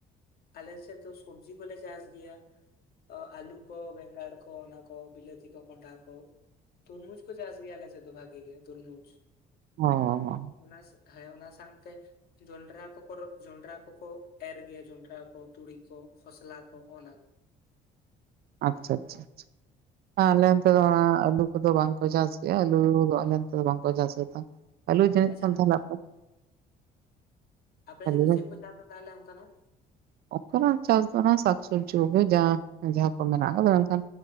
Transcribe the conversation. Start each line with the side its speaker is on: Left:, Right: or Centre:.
Left: ᱟᱞᱮ ᱥᱮᱫ ᱫᱚ ᱥᱚᱵᱡᱤ ᱠᱚᱞᱮ ᱪᱟᱥ ᱜᱮᱭᱟ ᱚ ᱟᱹᱞᱩ ᱠᱚ ᱵᱮᱸᱜᱟᱲ ᱠᱚ ᱚᱱᱟ ᱠᱚ ᱵᱤᱞᱟᱹᱛᱤ ᱠᱚ ᱠᱚᱱᱰᱷᱟ ᱠᱚ ᱛᱩᱨᱢᱩᱡᱽ ᱠᱚ ᱪᱟᱥ ᱜᱮᱭᱟ ᱟᱞᱮ ᱥᱮᱫ ᱫᱚ ᱵᱷᱟᱜᱤ ᱜᱮ ᱛᱩᱨᱢᱩᱡᱽ
Right: ᱚ
Left: ᱚᱱᱟ ᱦᱮᱸ ᱚᱱᱟ ᱥᱟᱶᱛᱮ ᱡᱚᱱᱰᱨᱟ ᱠᱚ ᱡᱚᱱᱰᱨᱟ ᱠᱚᱠᱚ ᱮᱨ ᱜᱮᱭᱟ ᱡᱚᱱᱰᱨᱟ ᱠᱚ ᱛᱩᱲᱤ ᱠᱚ ᱠᱷᱚᱥᱞᱟ ᱠᱚ ᱚᱱᱟ ᱠᱚ
Right: ᱟᱪᱪᱷᱟ ᱟᱪᱪᱷᱟ ᱟᱪᱪᱷᱟ
Left: <inaudible>
Right: ᱟᱞᱮ ᱚᱱᱛᱮ ᱫᱚ ᱚᱱᱟ ᱟᱹᱞᱩ ᱠᱚᱫᱚ ᱵᱟᱝᱠᱚ ᱪᱟᱥ ᱜᱮᱭᱟ ᱟᱹᱞᱩ ᱫᱚ ᱟᱞᱮ ᱱᱚᱱᱛᱮ ᱫᱚ ᱵᱟᱝᱠᱚ ᱪᱟᱥ ᱠᱟᱫᱟ ᱟᱹᱞᱩ ᱡᱟᱹᱱᱤᱜ
Left: ᱟᱪᱪᱷᱟ
Right: ᱠᱷᱟᱱ ᱛᱟᱦᱚᱞᱮ
Left: ᱟᱯᱮ
Right: ᱟᱹᱞᱩ
Left: ᱥᱮᱫ ᱫᱚ ᱪᱮᱫ ᱠᱚ ᱪᱟᱥᱟ ᱛᱟᱦᱚᱞᱮ ᱚᱱᱠᱟᱱᱟᱜ?
Right: ᱚᱱᱠᱟᱱᱟᱜ ᱪᱟᱥ ᱫᱚ ᱚᱱᱮ ᱥᱟᱠ ᱥᱚᱵᱽᱡᱤ ᱠᱚᱜᱮ ᱡᱟ ᱡᱟᱦᱟ ᱠᱚ ᱢᱮᱱᱟᱜ ᱟᱠᱟᱫᱟ ᱢᱮᱱᱠᱷᱟᱱ